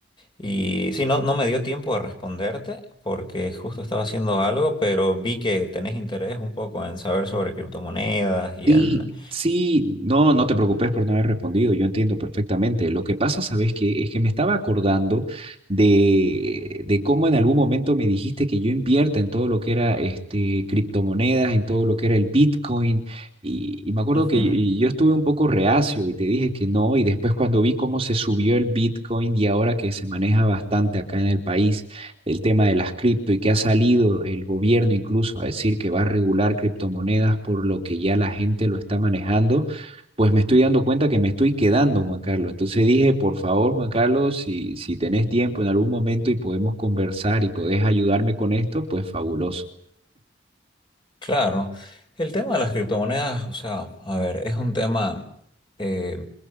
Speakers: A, on the left; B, on the right.
A: y sí, no, no me dio tiempo de responderte porque justo estaba haciendo algo, pero vi que tenés interés un poco en saber sobre criptomonedas y
B: Sí,
A: en...
B: sí, no, no te preocupes por no haber respondido, yo entiendo perfectamente. Lo que pasa, ¿sabes qué? Es que me estaba acordando de, de cómo en algún momento me dijiste que yo invierta en todo lo que era este, criptomonedas, en todo lo que era el Bitcoin, y, y me acuerdo
A: Ujú.
B: que y yo estuve un poco reacio y te dije que no, y después cuando vi cómo se subió el Bitcoin y ahora que se maneja bastante acá en el país el tema de las cripto y que ha salido el gobierno incluso a decir que va a regular criptomonedas por lo que ya la gente lo está manejando, pues me estoy dando cuenta que me estoy quedando, Juan Carlos. Entonces dije, por favor, Juan Carlos, si, si tenés tiempo en algún momento y podemos conversar y podés ayudarme con esto, pues fabuloso.
A: Claro, el tema de las criptomonedas, o sea, a ver, es un tema, eh,